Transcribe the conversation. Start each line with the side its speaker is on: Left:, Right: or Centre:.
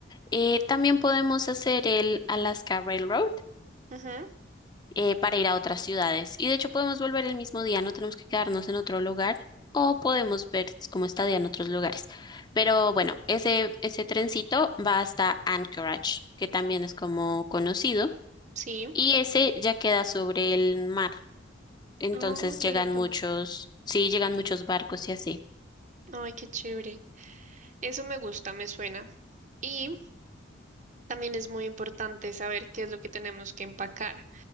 Left: Eh, también podemos hacer el Alaska Railroad.
Right: Ujú,
Left: eh, para ir a otras ciudades. Y de hecho podemos volver el mismo día, no tenemos que quedarnos en otro lugar o podemos ver cómo está día en otros lugares. Pero bueno, ese, ese trencito va hasta Anchorage, que también es como conocido,
Right: sí.
Left: y ese ya queda sobre el mar. Entonces
Right: Oh, qué
Left: llegan
Right: lindo.
Left: muchos, sí, llegan muchos barcos y así.
Right: Ay, qué chévere. Eso me gusta, me suena. Y también es muy importante saber qué es lo que tenemos que empacar.